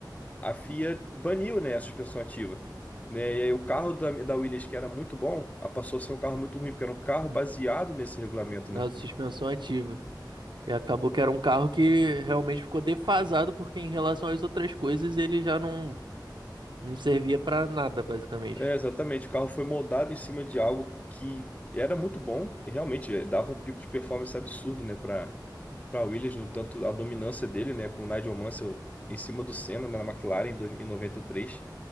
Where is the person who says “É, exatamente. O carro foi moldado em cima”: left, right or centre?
Left